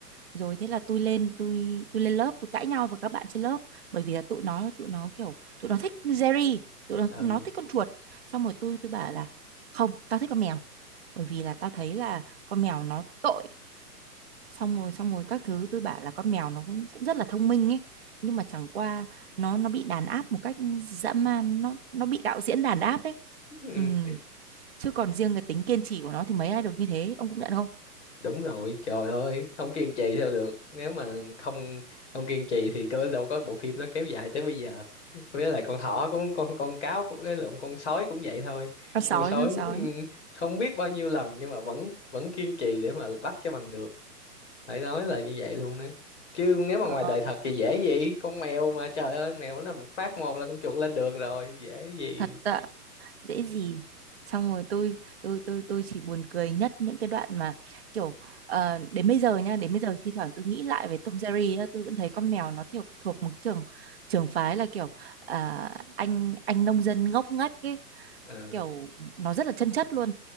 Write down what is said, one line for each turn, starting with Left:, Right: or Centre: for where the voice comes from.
Right: rồi thế là tôi lên tôi tôi lên lớp tôi cãi nhau với các bạn trên lớp bởi vì là tụi nó tụi nó kiểu tụi nó thích Jerry tụi nó
Left: Ờ,
Right: nó thích con chuột xong rồi tôi tôi bảo là không tao thích con mèo bởi vì là tao thấy là con mèo nó tội xong rồi xong rồi các thứ tôi bảo là con mèo nó cũng, cũng rất là thông minh ấy nhưng mà chẳng qua nó nó bị đàn áp một cách dã man nó nó bị đạo diễn đàn áp ấy
Left: ừ
Right: ừ. chứ còn riêng cái tính kiên trì của nó thì mấy ai được như thế ông cũng nhận không Ừ.
Left: đúng rồi trời ơi không kiên trì sao được nếu mà không không kiên trì thì cơ đâu có bộ phim nó kéo dài tới bây giờ với lại con thỏ cũng con con cáo cũng cái lộn con sói cũng vậy thôi
Right: con sói
Left: con sói
Right: con sói
Left: ừm, không biết bao nhiêu lần nhưng mà vẫn vẫn kiên trì để mà bắt cho bằng được phải nói là như vậy luôn đó chứ nếu mà
Right: Ờ,
Left: ngoài đời thật thì dễ gì con mèo mà trời ơi mèo nó một phát một là con chuột lên đường rồi dễ gì
Right: thật ạ dễ gì xong rồi tôi tôi tôi tôi chỉ buồn cười nhất những cái đoạn mà kiểu ờ, đến bây giờ nha đến bây giờ thi thoảng tôi nghĩ lại về Tom Jerry á, tôi vẫn thấy con mèo nó theo thuộc một trường trường phái là kiểu à, anh anh nông dân ngốc nghếch ấy
Left: Ờ.
Right: kiểu nó rất là chân chất luôn